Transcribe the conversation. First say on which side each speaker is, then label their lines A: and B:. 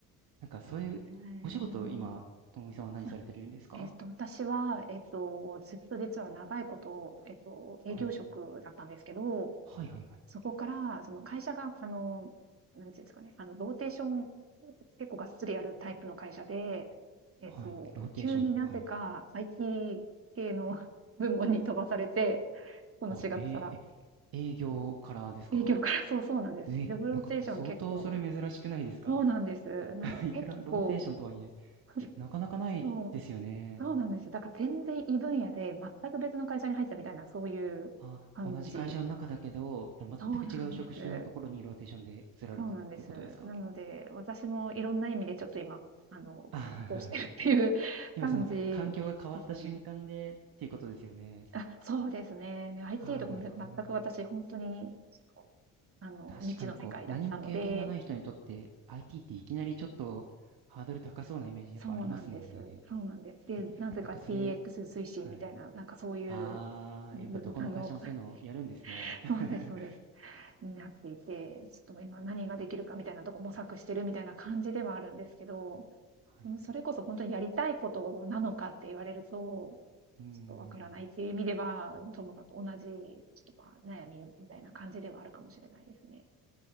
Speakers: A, on the right; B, on the right.
A: なんかそういう、
B: へえ。
A: お仕事、今、ともみさんは何されてるんですか
B: あ、えっと、私は、えっと、ずっと実は長いこと、えっと、営業職だったんですけど、
A: はい。はいはいはい。
B: そこから、その会社が、あの、なんていうんですかね、あの、ローテーション、結構がっつりやるタイプの会社で、えっと、
A: はい。ローテーション。
B: 急になぜか
A: はい。
B: IT 系の <laughs> 部門に飛ばされて、この4月から。
A: あ、へえ、え、営業からですか
B: 営業から、そうそうなんです。
A: え、
B: ジョブローテーション結構、
A: なんか相当それ珍しくないですか
B: そうなんです。なんか結構、
A: <laughs> いくらローテーションとはいえ、
B: <laughs>
A: なかなかないですよね。
B: そう、そうなんですよ。だから全然異分野で、全く別の会社に入ったみたいな、そういう感じ。
A: あ、同じ会社の中だけど、もう全く違う職種のところにローテーションで移られたっていうことですか
B: そうなんです。そうなんです。なので、私もいろんな意味でちょっと今、あの、
A: あ
B: 葛藤してるっていう <laughs>
A: <laughs> 今その環境が変わった瞬間でっていうことですよね。
B: 感じですね。あ、そうですね。で、IT
A: ああ、
B: とかも全く私、
A: なるほどな。
B: 本当に、あの、
A: 確かにこう、
B: 未知の世界だったので、
A: 何も経験がない人にとって IT っていきなりちょっとハードル高そうなイメージやっぱありますもんね。
B: そうなんです。そうなんです。で、
A: え、
B: なぜか
A: なんかそれ、
B: DX 推進みたいな、
A: はい。
B: なんかそういう、
A: ああ、
B: うん <laughs>
A: やっぱどこの会社もそういうのをやるんですね。
B: あの、<laughs>
A: <laughs>
B: そうですそうです。になっていて、ちょっと今何ができるかみたいなとこ模索してるみたいな感じではあるんですけど、
A: はいはい。
B: うん、それこそ本当にやりたいことなのかって言われると、ちょっ
A: うーん。
B: とわからないっていう意味では、ともさんと同じ、ちょっと、ま、悩みみたいな感じではあるかもしれないですね。